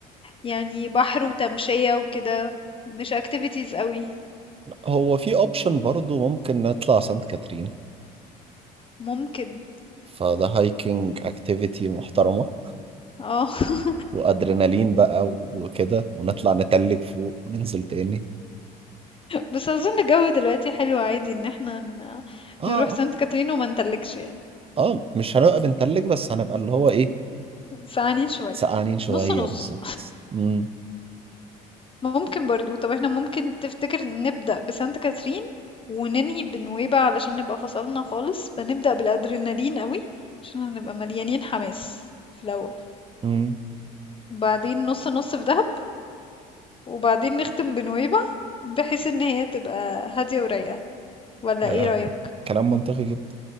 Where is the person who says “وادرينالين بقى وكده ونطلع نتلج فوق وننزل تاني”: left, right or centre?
Right